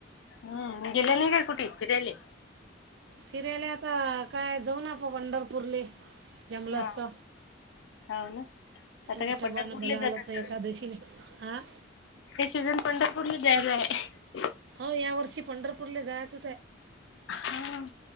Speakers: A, on the left; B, on the right.
A: हम्म गेले नाही काय कुठे फिरायले?
B: फिरायला आता काय जाऊ ना आपण पंढरपूरले जमलं
A: हा.
B: असते
A: हो ना. आता
B: विठोबाने
A: काय पंढरपूरलाच
B: बोलावलं
A: जातात
B: तर एकादशीला
A: सगळे.
B: हा
A: हे सीझन पंढरपूरला जायचं आहे
B: हो या वर्षी पंढरपूरला जायचंच
A: हा.